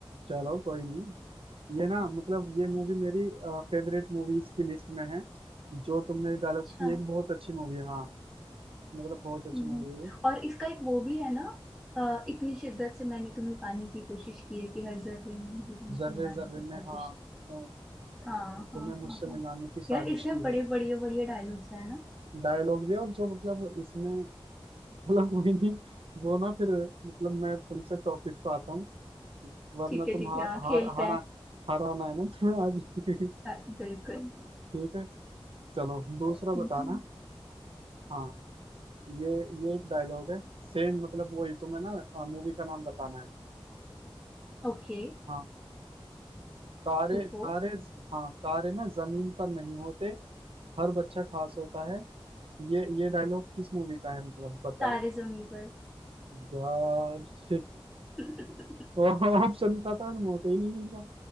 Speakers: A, on the right (about 65°); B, in the centre.
A: चलो कोई नहीं ये ना मतलब ये मूवी मेरी फेवरेट मूवीज की लिस्ट में है जो तुमने डायलॉग
B: अच्छा
A: ये भी बहुत अच्छी मूवी है हाँ मतलब बहुत अच्छी
B: हम्म,
A: मूवी है ये
B: और इसका एक वो भी है ना अ, इतनी शिद्दत से मैंने तुम्हें पाने की कोशिश की है कि हर जर्रे में मुझे तुमसे
A: जर्रे
B: मिलाने
A: जर्रे
B: की साजिश
A: में हाँ अ, तु,
B: हाँ
A: तुम्हें
B: हाँ
A: मुझसे
B: हाँ हाँ
A: मिलाने की साजिश
B: यार इसमें
A: की
B: बड़े
A: है
B: बढ़िया बढ़िया डायलॉग्स है ना
A: डायलॉग भी और जो मतलब इसमें चलो कोई नहीं वो ना फिर मतलब मैं तुमसे टॉपिक पे आता हूँ वरना
B: ठीक है
A: तुम
B: ठीक
A: हार
B: है हाँ
A: हार
B: खेलते
A: हार
B: हैं
A: हार आना है ना तुम्हें आज <laughs>
B: हाँ, बिल्कुल
A: ठीक है चलो दूसरा
B: हम्म
A: बताना हाँ ये ये एक डायलॉग है सेम मतलब वही तुम्हें ना मूवी का नाम बताना है
B: ओके
A: हाँ तारे
B: पूछो
A: तारे हाँ तारे ना जमीन पर नहीं होते हर बच्चा खास होता है ये ये डायलॉग किस मूवी का है मतलब बताओ
B: तारे जमी पर
A: यार शिट
B: <laughs>
A: तो ऑप्शन का था मौका ही नहीं मिल रहा